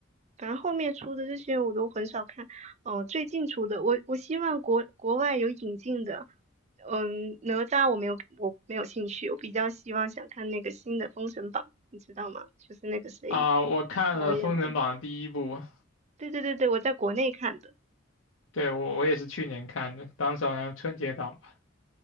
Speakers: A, on the right (about 35°); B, on the left (about 85°).
A: 反正后面出的这些我都很少看。哦，最近出的，我我希望国国外有引进的。嗯，哪吒我没有，我没有兴趣，我比较希望想看那个新的《封神榜》，你知道吗？就是那个谁
B: 啊、我看了《封神榜》第一部，
A: 导演的。对对对对，我在国内看的。
B: 对，我我也是去年看的，当时好像春节档吧。